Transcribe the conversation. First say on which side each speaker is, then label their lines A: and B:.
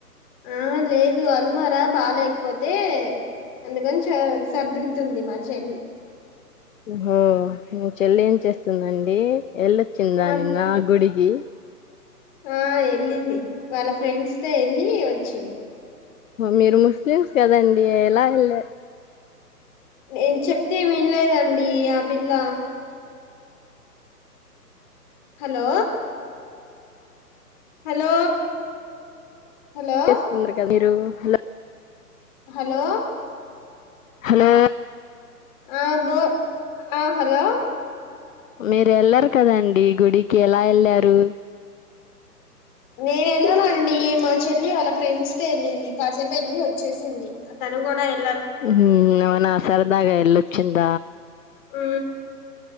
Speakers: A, on the left; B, on the left.
A: ఆ లేదు అల్మారా బాలేకపోతే అందుకని చ సర్దుతుంది మా చెల్లి
B: హో నువ్ చెల్లి ఏం చేస్తుందండి ఎల్లోచిందా
A: మా
B: నిన్న గుడి ఇ
A: ఆ ఎల్లింది వాళ్ళ ఫ్రెండ్స్ తో ఎ ల్లి వచ్చింది
B: మీరు ముస్లిమ్స్ కదండి ఎలా ఎల్లారు
A: నేను చెప్తే వినలేదండి ఆ పిల్ల హలో హలో హలో
B: చేసుకున్నారు కాని రో హలో
A: హలో
B: హలో
A: ఆ బో ఆ హలో
B: మీరు ఎళ్లరు కదండి గుడి కెలా వెళ్ళారు
A: నేను ఎళ్ళనండి మా చెల్లి వాళ్ళ ఫ్రెండ్స్ తో వెళ్ళింది కాసేపు ఎళ్ళి వచ్చేసింది తను కూడా ఎల్
B: ఉహు అవునా సరదగా ఎల్లుచ్చింద
A: ఆ